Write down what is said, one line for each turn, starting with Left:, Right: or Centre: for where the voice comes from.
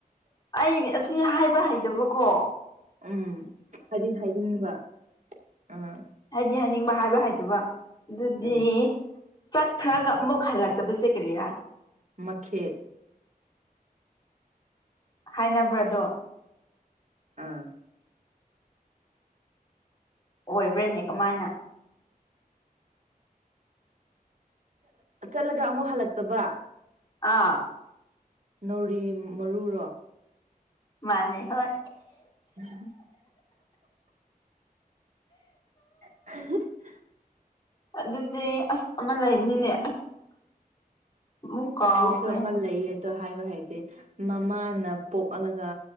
Left: ꯑꯩ ꯑꯁꯤ ꯍꯥꯏꯕ ꯍꯩꯇꯕꯀꯣ
Right: ꯎꯝ ꯍꯥꯏꯗꯤ ꯍꯥꯏꯗꯤꯅꯤꯡꯕ ꯑꯥ
Left: ꯗꯤ ꯍꯥꯏꯅꯤꯡꯕ ꯍꯥꯏꯕ ꯍꯥꯏꯩꯇꯕ ꯑꯗꯨꯗꯤ
Right: ꯎꯝ
Left: ꯆꯠꯈ꯭ꯔꯒ ꯑꯃꯨꯛ ꯍꯜꯂꯛꯇꯕꯁꯦ ꯀꯔꯤꯔꯥ
Right: ꯃꯈꯦꯠ
Left: ꯍꯥꯏꯅꯕ꯭ꯔꯥꯗꯣ
Right: ꯑꯥ
Left: ꯑꯣꯏ ꯕ꯭ꯔꯦꯟꯅꯤ ꯀꯃꯥꯏꯅ
Right: ꯆꯠꯂꯒ ꯑꯃꯨꯛ ꯍꯜꯂꯛꯇꯕ
Left: ꯑꯥ
Right: ꯅꯥꯧꯔꯤ ꯃꯔꯨꯔꯣ
Left: ꯃꯥꯅꯤ ꯍꯣꯏ
Right: ꯎ <inaudible>
Left: ꯑꯗꯨꯗꯤ ꯑꯁ ꯑꯃ ꯂꯩꯕꯅꯤꯅꯦ ꯃꯨ ꯀꯥꯎꯥꯎ
Right: ꯑꯩꯁꯨ
Left: ꯀꯩꯅꯦ
Right: ꯑꯃ ꯂꯩꯌꯦ ꯑꯗꯣ ꯍꯥꯏꯕ ꯍꯥꯏꯗꯤꯦ ꯃꯃꯥꯅ ꯄꯣꯛꯍꯂꯒ